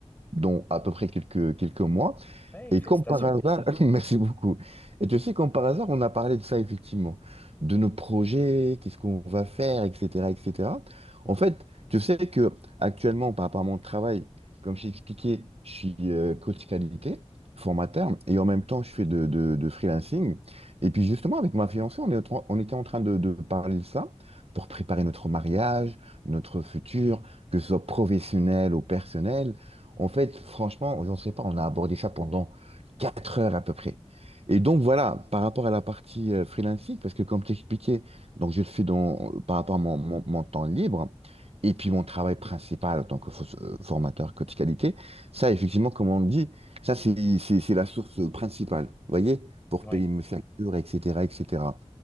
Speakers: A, on the right; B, on the left.
A: dans à peu près quelques, quelques mois.
B: Oui,
A: Et
B: félicitations.
A: comme par hasard, <laughs> merci beaucoup. Et tu sais, comme par hasard, on a parlé de ça effectivement, de nos projets, qu'est-ce qu'on va faire, etc., etc. En fait, tu sais que actuellement, par rapport à mon travail, comme je t'ai expliqué, je suis euh, coach qualité, formateur, et en même temps, je fais de, de- de freelancing. Et puis justement, avec ma fiancée, on est, en train- on était en train de, de parler de ça pour préparer notre mariage, notre futur, que ce soit professionnel ou personnel. En fait, franchement, j'en sais pas, on a abordé ça pendant 4 heures à peu près. Et donc voilà, par rapport à la partie euh, freelancing, parce que comme t'expliquais, donc je le fais dans, par rapport à mon, mon, mon temps libre, et puis mon travail principal en tant que fo- euh, formateur coach qualité, ça effectivement, comme on dit, ça c'est c'est- c'est la source principale, vous voyez, pour
B: Oui.
A: payer mes factures, etc., etc.